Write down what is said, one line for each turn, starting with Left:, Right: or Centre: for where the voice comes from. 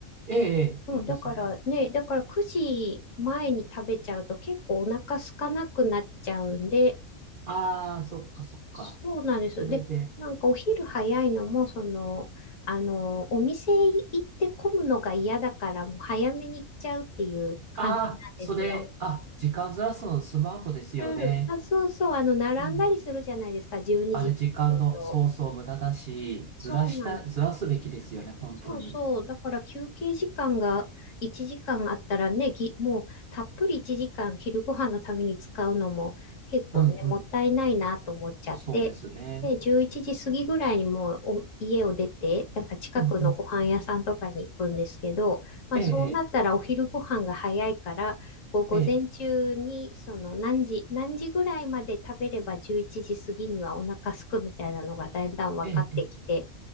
Right: ええ、ええいいですね。
Left: うん、だからね、だから9時前に食べちゃうと結構お腹空かなくなっちゃうんで、
Right: ああー、そっかそっか。
Left: そうなんです。
Right: それで、
Left: で、なんかお昼早いのも、その、あの、お店行って混むのが嫌だから、もう早めに行っちゃうっていう感じなんですよ。
Right: ああ、それ、あ、時間ずらすのスマートですよね。
Left: うん。あ、そうそう、あの、並んだりするじゃないですか、
Right: うん。
Left: 12時って言と。
Right: あれ、時間の、そうそう、無駄だし、ずらした、
Left: そうなの。
Right: ずらすべきですよね、本当に。
Left: そうそう。だから休憩時間が1時間あったらね、ぎ、もうたっぷり1時間昼ご飯のために使うのも結構ね、
Right: うんうん。
Left: もったいないなと思っちゃって、
Right: そうですね。
Left: で、11時過ぎぐらいにもうお家を出て、なんか近くのご飯屋さんとかに行くんですけど、
Right: うんうん。
Left: まあそうなったらお昼ご飯が早いから、
Right: ええ、
Left: こう午前中にその何時、
Right: ええ、
Left: 何時ぐらいまで食べれば11時過ぎにはお腹空くみたいなのがだんだん分かってきて、
Right: ええ、え